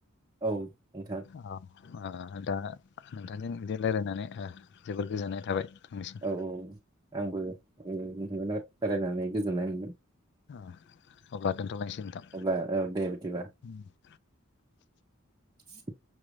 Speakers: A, on the right; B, on the left.
A: औ नोंथां
B: अ ओ दा नोंथांजों बिदि रायजलायनानै जोबोर गोजोननाय थाबाय आंनिसिम
A: औ औ आंबो नोंथांजों रायलायनानै गोजोननाय मोनदों
B: अ अब्ला दोनथ'लायसै नोंथां
A: अब्ला औ दे बिदिब्लाा
B: <inaudible>
A: <inaudible>